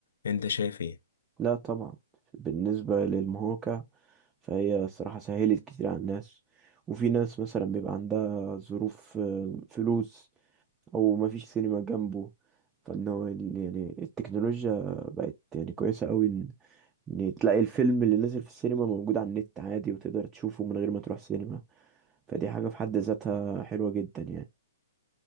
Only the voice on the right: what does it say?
لا طبعا بالنسبة للمهوكة فهي صراحة سهلت كتير على الناس وفي ناس مثلا بيبقى عندها ظروف آه، فلوس او مفيش سينما جنبه فانه ال- يعني التكنولوجيا بقت يعني كويسة قوي ان إن تلاقي الفيلم اللي نازل في السينما موجود على النت عادي وتقدر تشوفه من غير ما تروح سينما فدي حاجة في حد ذاتها حلوة جدا يعني